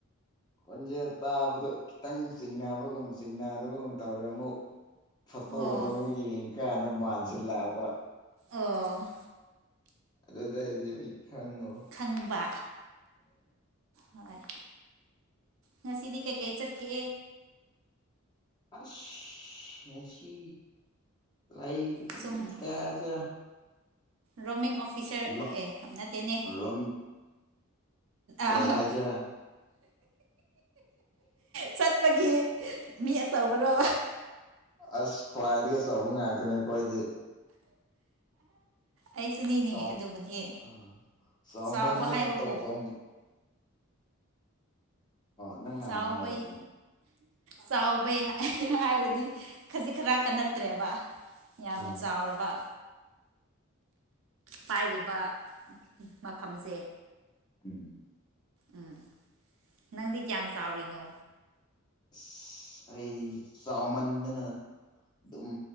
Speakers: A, on the left; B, on the right.
A: ꯈꯣꯟꯖꯦꯜ ꯇꯥꯕꯗꯣ ꯈꯤꯇꯪ ꯆꯤꯡꯅꯕꯒꯨꯝ ꯆꯤꯡꯅꯗꯕꯒꯨꯝ ꯇꯧꯔꯦ ꯑꯃꯨꯛ ꯐꯣꯇꯣꯗꯣ
B: ꯑꯣ
A: ꯑꯃꯨꯛ ꯌꯦꯡ ꯀꯅ ꯃꯥꯟꯁꯤꯜꯂꯛꯑꯕ
B: ꯑꯣ
A: ꯑꯗꯨꯗꯩꯗꯤ ꯑꯩ ꯈꯡꯉꯕ
B: ꯈꯪꯕꯥ ꯍꯣꯏ ꯉꯁꯤꯗꯤ ꯀꯩꯀꯩ ꯆꯠꯀꯦ
A: ꯑꯁ ꯉꯁꯤ ꯂꯩꯥꯏ ꯗꯨꯝ
B: ꯁꯨꯝ
A: ꯀꯩꯍꯥꯏꯖꯤꯔꯥ
B: ꯔꯣꯃꯤꯡ ꯑꯣꯐ ꯑꯣꯐꯤꯁꯔ
A: ꯂꯣ
B: ꯑꯦ ꯅꯠꯇꯦꯅꯦ
A: ꯔꯣꯝ ꯀꯩ
B: ꯑꯍꯥ
A: ꯍꯥꯏꯁꯤꯔꯥ
B: ꯆꯠꯄꯒꯤ ꯃꯤ ꯑꯆꯧꯕ꯭ꯔꯣ
A: ꯑꯁ ꯈ꯭ꯋꯥꯏꯗꯒꯤ ꯑꯆꯧꯕ ꯉꯥꯛꯇꯅꯦ ꯑꯩꯈꯣꯏꯗꯤ
B: ꯑꯩꯁꯨꯅꯤꯅꯦ
A: ꯆꯥꯎ
B: ꯑꯗꯨꯕꯨꯗꯤ
A: ꯑꯥ ꯆꯥꯎꯃꯟꯗꯅ
B: ꯆꯥꯎꯕ ꯍꯥꯏꯕꯕꯨ
A: ꯇꯧꯐꯝ ꯑꯣ ꯅꯪ ꯍꯥꯟꯅ
B: ꯆꯥꯎꯕꯩ
A: ꯍꯥꯏꯔꯣꯁꯦ
B: ꯆꯥꯎꯕꯩ ꯍꯥꯏꯔꯗꯤ ꯈꯖꯤꯛ ꯈꯔꯥꯛꯀ ꯅꯠꯇ꯭ꯔꯦꯕ ꯌꯥꯝ
A: ꯑꯥ
B: ꯆꯥꯎꯔꯕ ꯄꯥꯏꯔꯤꯕ ꯃꯐꯝꯁꯦ
A: <inaudible>
B: ꯎꯝ ꯅꯪꯗꯤ ꯀꯌꯥꯝ ꯆꯥꯎꯔꯤꯅꯣ
A: ꯑꯁ ꯑꯩꯗꯤ ꯆꯥꯎꯃꯟꯗꯅ ꯑꯗꯨꯝ